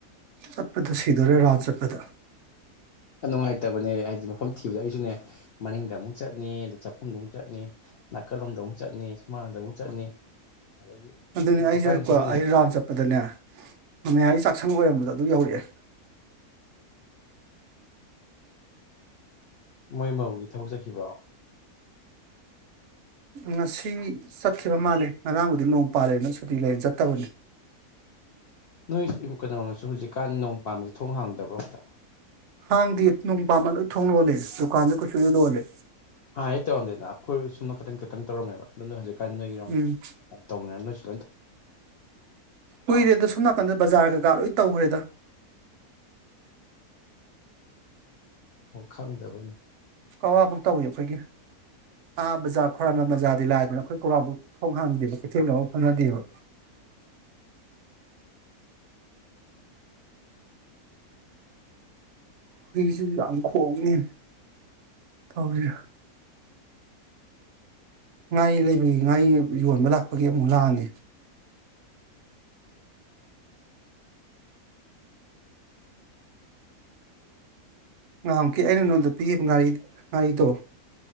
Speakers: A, on the right (about 65°); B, on the left (about 70°).
A: ꯆꯠ ꯆꯄꯗ ꯁꯤꯗꯣꯔꯦ ꯔꯥꯎꯟ ꯆꯠꯄꯗ
B: ꯑꯉꯥꯏ ꯐꯠꯇꯕꯅꯦ ꯍꯥꯏꯗꯤ ꯃꯐꯝ ꯊꯤꯕꯗ ꯑꯩꯁꯨꯅꯦ ꯃꯅꯤꯡꯗ ꯑꯃꯨꯛ ꯆꯠꯅꯤ ꯑꯗ ꯆꯥꯛꯈꯨꯝꯗ ꯑꯃꯨꯛ ꯆꯠꯅꯤ ꯅꯥꯀꯜꯂꯣꯝꯗ ꯑꯃꯨꯛ ꯆꯠꯅꯤ ꯁꯨꯃꯥꯡꯗ ꯑꯃꯨꯛ ꯆꯠꯅꯤ ꯑꯗꯒꯤ ꯌꯦꯡꯕ
A: ꯑꯗꯨꯅꯦ ꯑꯩꯁꯨꯖꯤꯛꯀꯣ
B: ꯀꯥꯟꯗꯁꯨ ꯃꯤꯅ
A: ꯑꯩ ꯔꯥꯟ ꯆꯠꯄꯗꯅꯦ ꯃꯃꯌꯥꯒꯤ ꯆꯥꯛꯁꯪ ꯑꯣꯏꯔꯝꯕꯗꯣ ꯑꯗꯨ ꯌꯧꯔꯛꯑꯦ
B: ꯃꯣꯏ ꯃꯧꯒꯤ ꯊꯕꯛ ꯆꯠꯈꯤꯕ꯭ꯔꯣ
A: ꯉꯁꯤ ꯆꯠꯈꯤꯕ ꯃꯥꯜꯂꯦ ꯉꯔꯥꯡꯕꯨꯗꯤ ꯅꯣꯡ ꯄꯥꯜꯂꯦꯅ ꯁꯨꯇꯤ ꯂꯩꯔꯅ ꯆꯠꯇꯕꯅꯦ
B: ꯅꯣꯏ ꯏ ꯀꯅꫭ ꯍꯧꯖꯤꯛꯀꯥꯟ ꯅꯣꯡ ꯄꯥꯟꯕꯁ ꯊꯣꯡ ꯍꯥꯡꯗꯕ꯭ꯔꯣꯛꯇ
A: ꯍꯥꯡꯗꯤ ꯅꯣꯡꯃꯟꯕ ꯂꯣꯏ ꯊꯣꯡ ꯂꯣꯜꯂꯦ ꯗꯨꯀꯥꯟꯗ ꯀꯩꯁꯨ ꯂꯣꯏ ꯂꯣꯜꯂꯦ
B: ꯍꯥ ꯑꯩ ꯇꯧꯔꯝꯗꯦꯅ ꯑꯈꯣꯏ ꯁꯨꯝꯃ ꯀꯇꯪ ꯀꯇꯪ ꯇꯧꯔꯝꯃꯦꯕ ꯑꯗꯨꯅ ꯍꯧꯖꯤꯛ ꯀꯟꯅꯒꯤꯔꯣꯝ
A: ꯎꯝ
B: ꯇꯧꯅꯔ ꯅꫭꯏꯁꯨ
A: ꯀꯨꯏꯔꯦꯗ ꯁꫭꯝ ꯅꯀꯥꯟꯗ꯭ꯔ ꯕꯖꯔꯒ ꯀꯥ ꯂꯣꯏ ꯇꯧꯈ꯭ꯔꯦꯗ
B: ꯑꯣ ꯈꯪꯗꯕꯅꯤ
A: ꯀꯋꯥꯕꯨ ꯇꯧꯏ ꯑꯩꯈꯣꯏꯒꯤ ꯑꯥ ꯕꯖꯥꯔ ꯈꯔꯝꯕ ꯕꯖꯥꯔꯗꯤ ꯂꯥꯏꯕꯅ ꯑꯩꯈꯣꯏ ꯀꯋꯥꯕꯨ ꯊꯣꯡ ꯍꯥꯡꯗꯦꯕ ꯀꯩꯊꯦꯜꯒꯥꯎ ꯐꯪꯅꯗꯦꯕ ꯍꯨꯏꯁꯤꯁꯨ ꯌꯥꯝ ꯈꯣꯡꯉꯦ ꯇꯧꯔꯤꯔ ꯉꯥ ꯂꯩꯕꯒꯤ ꯉꯥ ꯌꯣꯟꯕ ꯂꯥꯛꯄꯒꯤ ꯑꯃꯨꯛ ꯂꯥꯡꯉꯦ ꯉꯥꯏꯍꯨꯛꯀꯤ ꯑꯩꯅ ꯅꯉꯣꯟꯗ ꯄꯤꯈꯤꯕ ꯉꯥꯔꯤ ꯉꯥꯔꯤꯗꯣ